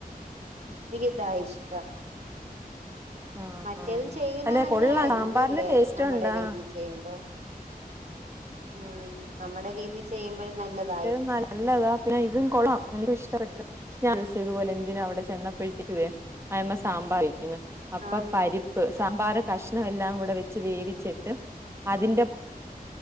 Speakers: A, on the right; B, on the right.
A: എനിക്കിത ഇഷ്ടം
B: ആഹ്
A: മറ്റേതും
B: ആഹ്
A: ചെയ്യുന്ന
B: അല്ലെ
A: നല്ല
B: കൊള്ളാം
A: ആയിരിക്കും
B: സാമ്പാറിന്
A: അല്ലേ
B: ടേസ്റ്റ്
A: നമ്മുടെ
B: ഉണ്ടാ
A: രീതിൽ ചെയ്യുമ്പം ഉം നമ്മുടെ രീതി ചെയ്യുമ്പോഴും നല്ലതായിരിക്കും
B: മറ്റേത് നല്ലതാ പിന്നെ ഇതും കൊളം എനിക്കും ഇഷ്ടപ്പെട്ട ഞൻ ഇതുപോലെ എന്തിനും അവിടെ ചെന്നപ്പോഴത്തേക്ക് വേ അയ്മ സാമ്പാരിക്കുന്നു അപ്പൊ
A: ആഹ്
B: പരിപ്പ് സാമ്പാറ് കഷ്ണം എല്ലാം കൂടെ വെച്ച് വേവിച്ചിട്ട് അതിൻന്റെ